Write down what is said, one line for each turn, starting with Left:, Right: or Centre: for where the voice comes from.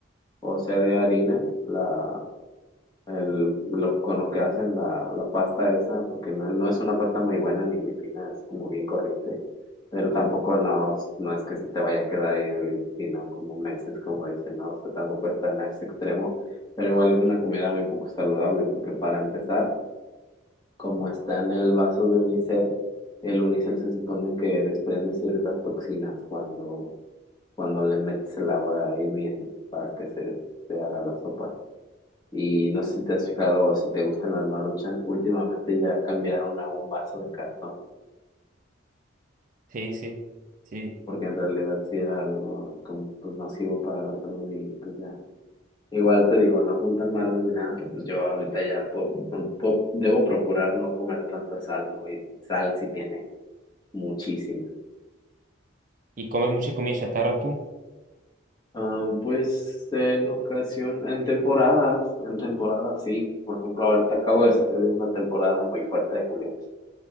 Left: o sea de harina, la, el, lo- con lo que hacen la, la pasta esa, porque no, no es una pasta muy buena ni muy fina, es como bien corriente, pero tampoco no, no es que se te vaya a quedar ahí en el intestino como meses, como dicen, no, o sea, tampoco es tan a ese extremo, pero igual es una comida muy poco saludable, porque para empezar, como está en el vaso de unicel, el unicel se supone que desprende ciertas toxinas cuando, cuando le metes el agua hirviendo para que se, se haga la sopa. Y no sé si te has fijado o si te gustan las Maruchan, últimamente ya cambiaron a un vaso de cartón,
Right: Sí, sí, sí.
Left: porque en realidad sí era algo como pues nocivo para la salud y pues ya. Igual te digo, no son tan malas ni nada, pero pues yo ahorita ya puedo- no puedo- debo procurar no comer tanta sal, ¿no? Y sal sí tiene muchísima.
Right: ¿Y comes mucha comida chatarra tú?
Left: Ah, pues en ocasión, en temporadas, en temporadas sí. Por ejemplo, ahorita acabo de salir de una temporada muy fuerte de comida